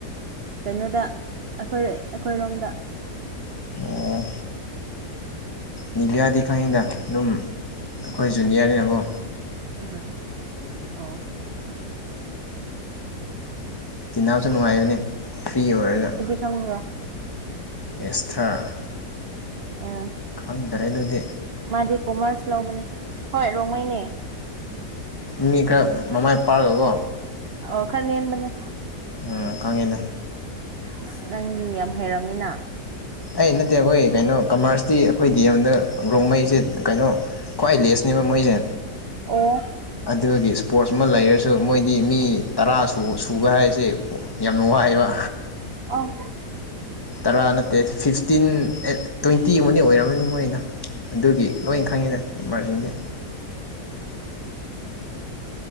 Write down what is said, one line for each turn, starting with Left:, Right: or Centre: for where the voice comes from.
Right: ꯀꯩꯅꯣꯗ ꯑꯩꯈꯣꯏ ꯑꯩꯈꯣꯏꯔꯣꯝꯗ
Left: ꯑꯣ ꯗꯤꯌꯥꯗꯤ ꯈꯪꯉꯤꯗ ꯑꯗꯨꯝ ꯑꯩꯈꯣꯏ ꯖꯨꯅꯤꯌꯥꯔꯅꯤ ꯅꯪꯉꯣ
Right: ꯎꯝ ꯑꯣ
Left: ꯇꯤꯅꯥꯕꯁꯨ ꯅꯨꯡꯉꯥꯏꯕꯅꯤ ꯐ꯭ꯔꯤ ꯑꯣꯏꯔꯒ
Right: <unintelligible>
Left: ꯏꯁꯊ꯭ꯔ
Right: ꯎꯝ
Left: ꯈꯪꯗ꯭ꯔꯦꯗꯨꯗꯤ
Right: ꯃꯥꯗꯤ ꯀꯣꯃꯔꯁ ꯂꯧꯕꯅꯦ ꯍꯣꯏ ꯔꯣꯡꯃꯩꯅꯦ
Left: ꯃꯤ ꯈꯔ ꯃꯃꯥꯏ ꯄꯥꯛꯑꯒꯒꯣ
Right: ꯑꯣ ꯈꯔ ꯅꯦꯝꯕꯅꯦ
Left: ꯑꯝ ꯈꯪꯉꯤꯗꯥ
Right: ꯑꯁ ꯅꯪꯗꯤ ꯌꯥꯝ ꯍꯩꯔꯝꯃꯤꯅ
Left: ꯑꯩ ꯅꯠꯇꯦ ꯑꯈꯣꯏ ꯀꯩꯅꯣ ꯀꯃꯔꯁꯇꯤ ꯑꯈꯣꯏ ꯗꯤ ꯑꯦꯝ ꯗ ꯔꯣꯡꯃꯩꯁꯦ ꯀꯩꯅꯣ ꯈ꯭ꯋꯥꯏ ꯂꯦꯁꯅꯦꯕ ꯃꯣꯏꯁꯦ
Right: ꯑꯣ
Left: ꯑꯗꯨꯒꯤ ꯁ꯭ꯄꯣꯔꯠꯁ ꯑꯃ ꯂꯩꯔꯁꯨ ꯃꯣꯏꯗꯤ ꯃꯤ ꯇꯔꯥ ꯁꯨꯕ ꯍꯥꯏꯁꯦ ꯌꯥꯝꯅ ꯋꯥꯏꯑꯦꯕ
Right: ꯑꯧ
Left: ꯇꯔꯥ ꯅꯠꯇꯦ ꯐꯤꯐꯇꯤꯟ ꯑꯩꯠ ꯇ꯭ꯋꯦꯟꯇꯤ ꯑꯃꯗꯤ ꯑꯣꯏꯔꯝꯃꯅꯤ ꯃꯣꯏꯗꯣ ꯑꯗꯨꯒꯤ ꯂꯣꯏ
Right: ꯑꯣ
Left: ꯈꯪꯉꯤꯅꯦ ꯀꯃꯔꯁꯤꯡꯗꯤ